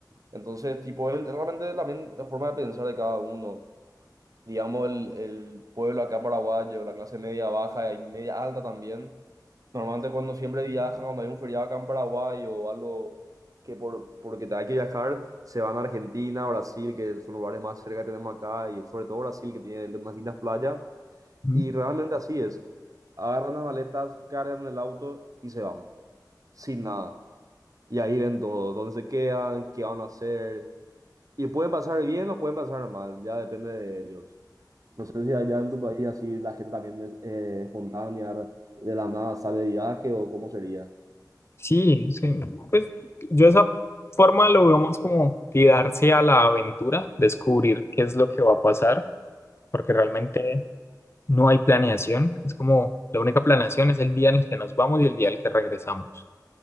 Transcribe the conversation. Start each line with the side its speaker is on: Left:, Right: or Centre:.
Right: Entonces, tipo, es realmente también la forma de pensar de cada uno digamos, el, el pueblo acá paraguayo, la clase media baja y media alta también, normalmente cuando siempre viajan, cuando hay un feriado acá en Paraguay o algo que por, porque te hay que viajar, se van a Argentina, Brasil, que son lugares más cerca que tenemos acá, y sobre todo Brasil, que tiene las más lindas playas,
Left: Ujú.
Right: y realmente así es. Agarran las maletas, cargan el auto y se van, sin nada. Y ahí ven todo, dónde se quedan, qué van a hacer. Y pueden pasar bien o pueden pasar mal, ya depende de ellos. No sé si allá en tu país así la gente también es eh, espontánea, de la nada sale de viaje o cómo sería.
Left: Sí, sí, pues yo esa forma lo veo más como tirarse a la aventura, descubrir qué es lo que va a pasar, porque realmente No hay planeación, es como la única planeación es el día en el que nos vamos y el día en el que regresamos,